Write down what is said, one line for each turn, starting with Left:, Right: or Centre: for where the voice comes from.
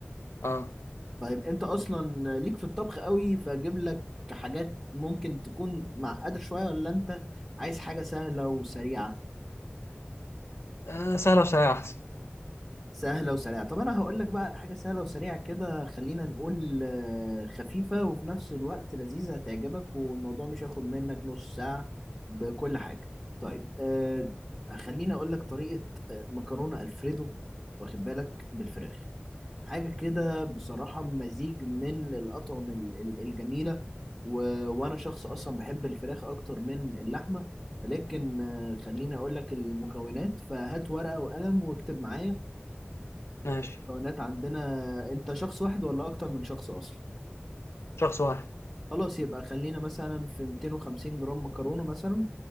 Left: اه,
Centre: طيب انت اصلا ليك في الطبخ قوي فاجيب لك حاجات ممكن تكون معقدة شوية ولا انت عايز حاجة سهلة وسريعة
Left: آه سهله وسريعه احسن
Centre: سهلة وسريعة طب أنا هقول لك بقى على حاجة سهلة وسريعة كده خلينا نقول آه، خفيفة وفي نفس الوقت لذيذة هتعجبك والموضوع مش هياخد منك نص ساعة بكل حاجة طيب آه، خليني أقول لك طريقة آه، مكرونة ألفريدو واخد بالك بالفراخ حاجة كده بصراحة مزيج من الأطعمة ال- ال- الجميلة و... وأنا شخص أصلا بحب الفراخ أكتر من اللحمة ولكن آه، خليني أقول لك المكونات فهات ورقة وقلم واكتب معايا
Left: ماشي
Centre: مكونات عندنا انت شخص واحد ولا اكتر من شخص اصلا
Left: شخص واحد
Centre: خلاص يبقى خلينا مثلا في 250 جرام مكرونة مثلا